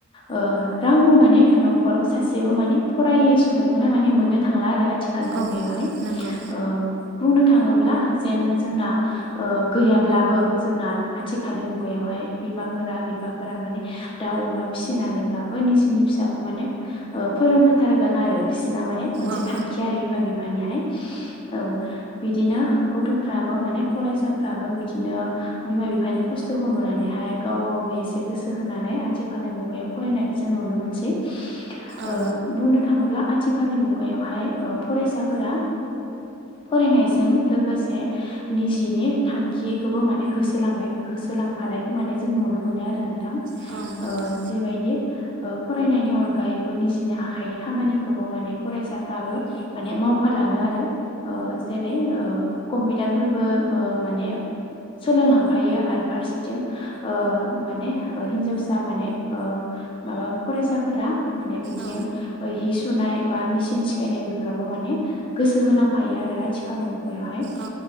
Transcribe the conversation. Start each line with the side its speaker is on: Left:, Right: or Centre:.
Left: ओ रावबो माने न'खराव सासेबो माने फरायै सुबुंखौनो माने मोननो थांला आरो। थिखालनि
Right: औ
Left: मुगायावहाय
Right: नंगौ
Left: ओ बुंनो थाङोब्ला जेन जोंना ओ गैयाब्लाबो जोंना आथिखालनि मुगायावहाय बिमाफोरा बिफाफोरा माने दाउ अमा फिसिनानैब्लाबो निजिनि फिसाखौ माने ओ फोरोंहोथारगोन आरो बिसिना माने मोनसे
Right: औ
Left: थांखि आरो बिमा बिफानिहाय। औ बिदिनो गथ'फ्राबो माने फरायसाफ्राबो बिदिनो बिमा बिफानि खस्थ'खौ नुनानैहाय गाव गाव बो एसे गोसो होनानै आथिखालनि मुगायाव फरायनायखौ जों नुनो मोनसै।
Right: औ
Left: ओ बुंनो थाङोब्ला आथिखालनि मुगायावहाय ओ फरायसाफोरा फरायनायजों लोगोसे निजिनि थांखिखौबो माने होसोलांनाय हो सोलांफानायखौ माने जों नुनो मोनो आरो नोंथां
Right: औ नोंथां
Left: ओ जिबायदि ओ फरायनायनि अनगायैबो निजिनि आखाइनि खामानिखौबो माने फरायसाफ्राबो माने मावफालाङो। आरो ओ जेरै ओ कमपिउतार फोरबो ओ माने सोलोंलांफायो आरो फारसेथिं ओ माने ओ हिन्जावसा माने ओ माबा फरायसाफोरा माने बिथिं
Right: औ
Left: हि सुनाय बा मेसिन सिखायनाय बेफोरावबो माने गोसो होलांफायो आरो आथिखालनि बेवहाय
Right: औ